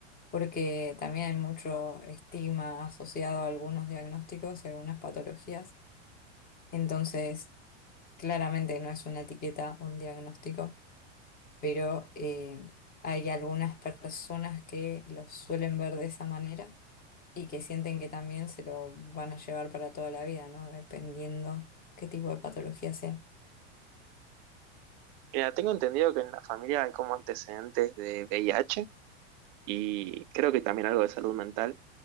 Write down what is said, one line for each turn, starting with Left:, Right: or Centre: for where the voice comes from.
Left: porque también hay mucho estigma asociado a algunos diagnósticos y algunas patologías. Entonces, claramente no es una etiqueta, un diagnóstico, pero eh, hay algunas personas que lo suelen ver de esa manera y que sienten que también se lo van a llevar para toda la vida, ¿no? Dependiendo qué tipo de patología sea.
Right: Mira, tengo entendido que en la familia hay como antecedentes de V i h y creo que también algo de salud mental.